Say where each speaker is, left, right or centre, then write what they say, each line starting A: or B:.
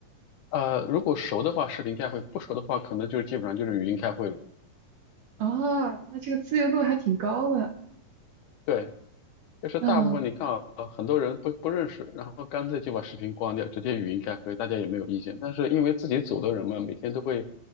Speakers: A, on the left; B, on the right.
A: 呃，如果熟的话，视频开会；不熟的话，可能就是基本上就是语音开会了。
B: 哦，那这个自由度还挺高的，
A: 对，就是大部分你看啊，
B: 嗯
A: 很多人不不认识，然后干脆就把视频关掉，直接语音开会，大家也没有意见。但是因为自己组的人嘛，每天都会